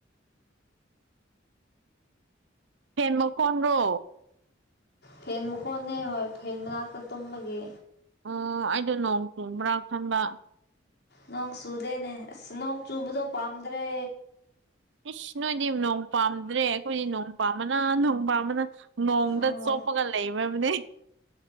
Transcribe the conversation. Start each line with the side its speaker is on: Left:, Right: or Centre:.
Right: ꯐꯦꯟ ꯃꯈꯣꯟꯗ꯭ꯔꯣ꯫
Left: ꯐꯦꯟ ꯃꯈꯣꯟꯅꯦ ꯍꯣꯏ ꯐꯦꯟ ꯃꯅꯥꯛꯇ ꯇꯨꯝꯕꯒꯤ꯫
Right: ꯑꯣ ꯑꯩꯗꯣ ꯅꯣꯡ ꯆꯨꯕ꯭ꯔꯥ ꯈꯟꯕ꯫
Left: ꯅꯣꯡ ꯆꯨꯗꯦꯅꯦ ꯑꯁ ꯅꯣꯡ ꯆꯨꯕꯗꯣ ꯄꯥꯝꯗ꯭ꯔꯦ꯫
Right: ꯏꯁ ꯅꯣꯏꯗꯤ ꯅꯣꯡ ꯄꯥꯝꯗ꯭ꯔꯦ ꯑꯩꯈꯣꯏꯗꯤ ꯅꯣꯡ ꯄꯥꯝꯕꯅ ꯅꯣꯡ ꯄꯥꯝꯕꯅ꯫ ꯅꯣꯡꯗ
Left: ꯑꯣ
Right: ꯆꯣꯞꯄꯒ ꯂꯩꯕꯔꯅꯦ꯫